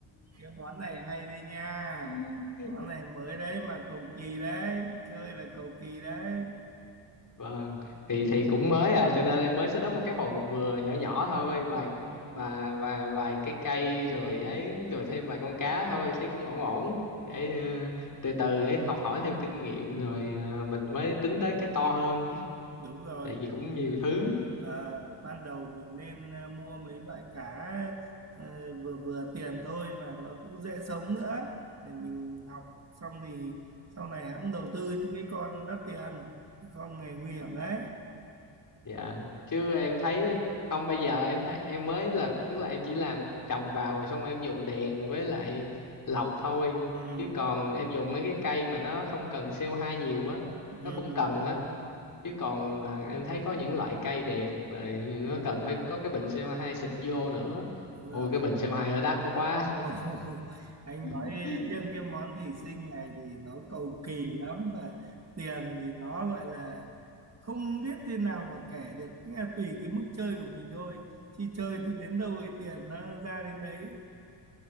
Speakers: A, on the right; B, on the left.
A: cái món này hay đi nha.
B: <laughs>
A: Món này mới đấy mà cầu kỳ đấy, chơi là cầu kỳ đấy.
B: Vâng, thì thì cũng mới à cho nên em mới set up một cái hồ vừa nhỏ nhỏ thôi vài
A: Ừm,
B: và và vài cái cây rồi ấy rồi thêm vài con cá thôi thấy cũng ổn ổn
A: ừm,
B: để ờ,
A: ừm,
B: từ từ để học hỏi thêm kinh nghiệm rồi ờ, mình mới tính tới cái to hơn <laughs>
A: Đúng rồi,
B: tại vì cũng
A: cầu kỳ.
B: nhiều thứ
A: Ờ, ban đầu mình nên ờ, mua mấy loại cá ờ, vừa vừa tiền thôi và nó cũng dễ sống nữa để mình học xong thì sau này hãng đầu tư những cái con đắt tiền chứ không hề nguy hiểm đấy
B: dạ chứ em thấy không bây giờ em thấy em mới là tức là em chỉ làm trồng vào rồi xong em dùng đèn với lại lọc thôi
A: ừ,
B: chứ còn em dùng mấy cái cây mà nó không cần co hai nhiều á nó
A: ừ,
B: cũng cần á chứ còn mà em thấy có những loại cây đẹp rồi nó cần phải có cái bình co hai xịt vô nữa
A: đúng
B: ôi
A: rồi
B: cái bình co hai nó đắt quá
A: Ồ, <laughs> anh nói
B: <laughs>
A: riêng cái món thủy sinh này thì nó cầu kỳ lắm và tiền thì nó gọi là không biết thế nào mà kể được Nghĩa là tùy cái mức chơi của mình thôi chi chơi thì đến đâu thì tiền nó ra đến đấy